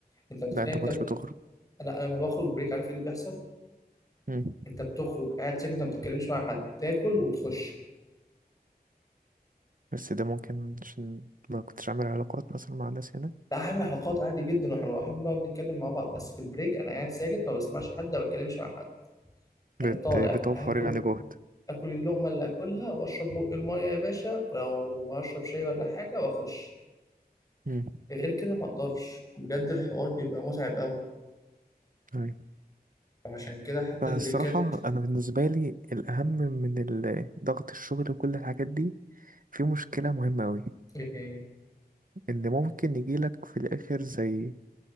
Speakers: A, on the left; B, on the right.
A: انت متخيل
B: لا انت
A: انت
B: مكنتش بتخرج
A: لا انا لما بخرج بريك عارف ايه اللي بيحصل
B: مم.
A: انت بتخرج قاعد ساكت ما بتتكلمش مع حد تاكل وتخش
B: بس ده ممكن عشان ما كنتش عامل علاقات مثلا مع الناس هنا
A: لا هعمل علاقات عادي جدا واحنا رايحين بنقعد نتكلم مع بعض بس في البريك انا قاعد ساكت ما بسمعش حد ما بتكلمش مع حد انا
B: بت...
A: طالع
B: بتوفر
A: اكل
B: يعني جهد
A: اكل اللقمه اللي اكلها واشرب بق الميه يا باشا ولو هشرب شاي ولا حاجه واخش
B: مم.
A: غير كده ما اقدرش بجد الحوار بيبقى متعب قوي
B: أيوة.
A: عشان كده حتى
B: فالصراحة
A: البريكات
B: أنا بالنسبة لي الأهم من ال- ضغط الشغل وكل الحاجات دي في مشكلة مهمة أوي
A: ايه هي
B: إن ممكن يجيلك في الآخر زي